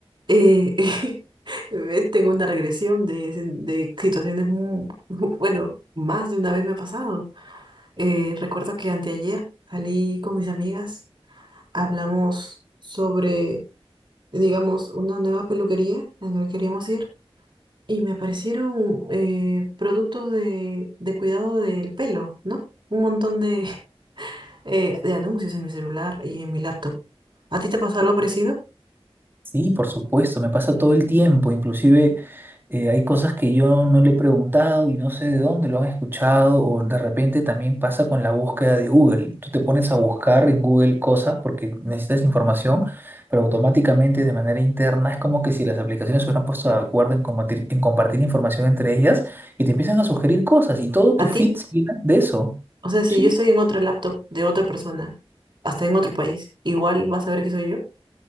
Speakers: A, on the right; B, on the right.
A: eh, <laughs> eh, tengo una regresión de, sen- de situaciones muy, <laughs> bueno, más de una vez me ha pasado. Eh, recuerdo que anteayer salí con mis amigas, hablamos sobre, digamos, una nueva peluquería en la que queríamos ir y me aparecieron eh, productos de, de cuidado del pelo, ¿no? Un montón de, <laughs> eh, de anuncios en mi celular y en mi laptop. ¿A ti te pasó algo parecido?
B: Sí, por supuesto, me pasa todo el tiempo, inclusive eh, hay cosas que yo no le he preguntado y no sé de dónde lo han escuchado o de repente también pasa con la búsqueda de Google. Tú te pones a buscar en Google cosas porque necesitas información, pero automáticamente de manera interna es como que si las aplicaciones se hubieran puesto de acuerdo en compartir, en compartir información entre ellas y te empiezan a sugerir cosas y todo tu
A: ¿A
B: feed
A: ti?
B: se llena de eso.
A: O sea, si
B: Sí.
A: yo estoy en otra laptop de otra persona, hasta en otro país, igual vas a ver que soy yo.